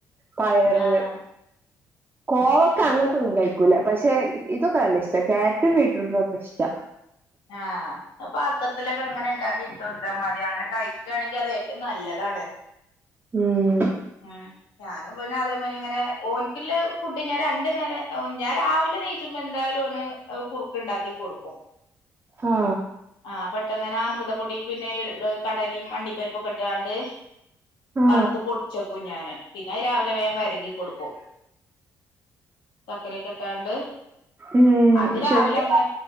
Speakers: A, on the right; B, on the left.
A: പയറ്
B: ആഹ്
A: കോവൊക്കെ
B: അങ്ങനത്തെ
A: അങ്ങനത്തൊന്നും കഴിക്കൂല പക്ഷെ ഇതൊക്കെ അല്ല ഇഷ്ട കാരറ്റ് മീറ്റർൊക്കെ ഇഷ്ട
B: ആഹ് പാത്രത്തിലൊക്കെ അങ്ങനെ ഉണ്ടാക്കിയിട്ടണ്ട് അ മതി അങ്ങനെ കഴിക്കുകയാണെങ്കിൽ അത ഏറ്റവും നല്ലതാണ്
A: ഉം
B: ഉ ഞാനും പിെ അതേ മരി ഇങ്ങനെ ഓ ഫുഡ് ഞാ രണ്ട നേരം ഞാൻ രാവിലെ നയിച്ച ുമ എന്തായാലും അവന് കുു ഉണ്ടാക്കി കൊടുക്കും
A: ആ
B: ആഹ പെട്ടെന്ന്ന്നെ അമൃതപ്പൊടി പിന്നെ കടലി മണ്ടി പർപ്പൊക്കെട്ടുകാണ്ട്
A: ആ
B: വറുത്ത് പൊടിച്ചെക്കൂ ഞാാന് പിന്നെ രാവിലെ വേഗം വരകി കൊടുക്കൂ ചക്കരയക്കെട്ടാണ്ട്
A: ഉം
B: അത് രാവിലെ
A: ശരിക്കും
B: അങ്ങനെ